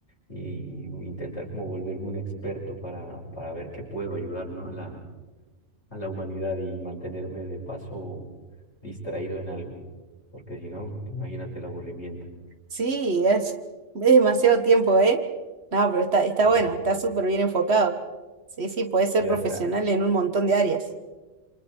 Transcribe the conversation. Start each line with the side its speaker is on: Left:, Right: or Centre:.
Left: y intentar como volverme un experto para, para ver qué puedo ayudar, ¿no? a la, a la humanidad y mantenerme de paso distraído en algo, porque si no, imagínate el aburrimiento.
Right: Sí, es, es demasiado tiempo, ¿eh? No, pero está, está
Left: Eh,
Right: bueno, está súper bien enfocado. Sí, sí, puedes ser
Left: y
Right: profesional
Left: otra,
Right: en un montón de áreas.